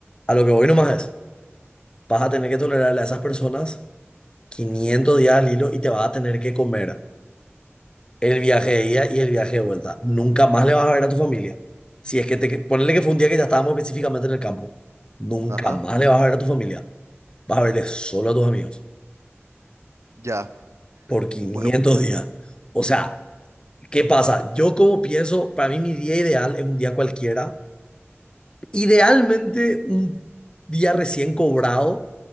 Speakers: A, on the left; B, on the right.
A: A lo que voy nomás es, vas a tener que tolerarle a esas personas 500 días al hilo y te vas a tener que comer el viaje de ida y el viaje de vuelta. Nunca más le vas a ver a tu familia. Si es que te, ponerle que fue un día que ya estábamos específicamente en el campo. Nunca
B: Ajá,
A: más le vas a ver a tu familia. vas a verle solo a tus amigos
B: ya.
A: por quinientos
B: Bueno,
A: días. O sea, ¿qué pasa? Yo como pienso, para mí mi día ideal es un día cualquiera. Idealmente un día recién cobrado,